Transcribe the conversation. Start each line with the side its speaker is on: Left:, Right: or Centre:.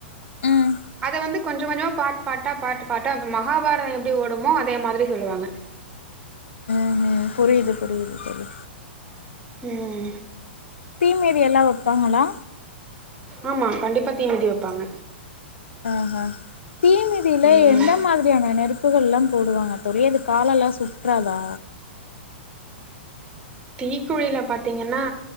Left: ம்
Right: அத வந்து கொஞ்ச கொஞ்சமா பாட் பாட்டா பாட் பாட்டா அப்ப மகாபாரதம் எப்படி ஓடுமோ அதே மாதிரி சொல்லுவாங்க
Left: உ உம் புரியது புரியது தோழி
Right: உம்
Left: தீமிதி எல்லா வெப்பாங்களா
Right: ஆமா கண்டிப்பா தீமிதி வெப்பாங்க
Left: அ ஆ தீ மிதில
Right: ம்
Left: எந்த மாதிரியான நெருப் <unintelligible> லா போடுவாங்க தோழி அது காலலா சுட்றாதா
Right: தீக்குழில பாத்தீங்கனா